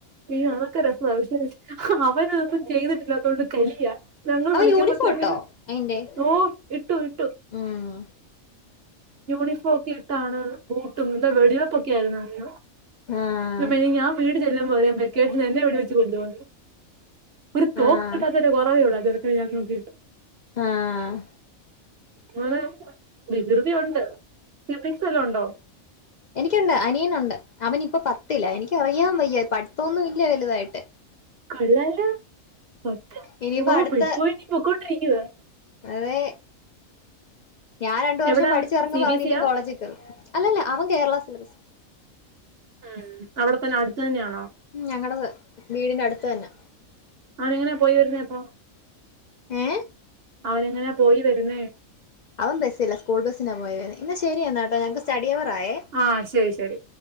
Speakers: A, on the right; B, on the left.
A: ഈ അവൻക്കത് രസ്വന്നൊല്ല പക്ഷെ അവനത് ചെയ്ത്ട്ട്ല്ലാതോണ്ട് കലിയാ ഞങ്ങൾ
B: അവൻ
A: വിളിക്കുമ്പത്തേന്
B: യൂണിഫോം ഇട്ടോ അയിന്റെ
A: ഓ ഇട്ടു ഇട്ടു
B: ഉം
A: യൂണിഫോം ഒക്കെ ഇട്ടാണ് ബൂട്ടും എന്താ വെടിവെപ്പൊക്കെ ആയിരുന്നു എന്തോ
B: ആഹ്
A: ഇന്റമ്മേ ഞാൻ വീട് ചെല്ലുമ്പൊര് വെക്കേഷന് എന്നെ വെടി വെച്ച് കൊല്ലാേന്ന് ഒര്തോക്ക്
B: ആഹ്
A: കിട്ടാത്തതിന്റെ കൊറവേ ഒള്ളൂ ആഹ് ചെർക്കന് ഞാൻ നോക്കിയിട്ട്
B: ആഹ്
A: മോന് വികൃതി ഉണ്ട് സിബ്ലിംങ്സ് വല്ലോംഉണ്ടോ
B: എനിക്കുണ്ട് അനിയനുണ്ട് അവനിപ്പാെ പത്തിലാ എനിക്കറിയാൻ വയ്യ പഠിത്തൊന്നുംഇല്ല വെല്തായിട്ട്
A: കൊള്ളാലൊ പത്ത്
B: ഇനിയിപ്പോ
A: ഓ
B: അടുത്ത
A: ബിഗ്പോയന്റി പൊക്കോണ്ടിരിക്കുവാ
B: അതെ ഞാൻ രണ്ടു വർഷം
A: എവിടാ
B: പഠിച്ച് എറങ്ങുമ്പാെ
A: സി ബി
B: അവന്
A: എസ്
B: ഇനിയും
A: സിയാ
B: കോളേജ്ക് തെരോ അല്ലല്ല അവൻ കേരള സിലബസ്
A: ആഹ് അവിടെത്തന്നെ അട്ത്ത് തന്നെയാണോ
B: ഉം ഞങ്ങടെ വീടിന്റെ അട്ത്ത് തന്നാ
A: അവനെങ്ങനെയാ പോയി വെര്ന്നത് അപ്പോ
B: ഏ
A: അവനെങ്ങനാ പോയി വെരുന്നേ?
B: അവൻ ബസ്സ് ഇല്ലാ സ്കൂൾ ബസ്സിലാ പോയ്വര്ന്നെ എന്നാ ശെരി എന്നാ കേട്ടോ ഞങ്ങക്ക് സ്റ്റഡി അവർ ആയേ.
A: ആഹ് ശെരി ശെരി.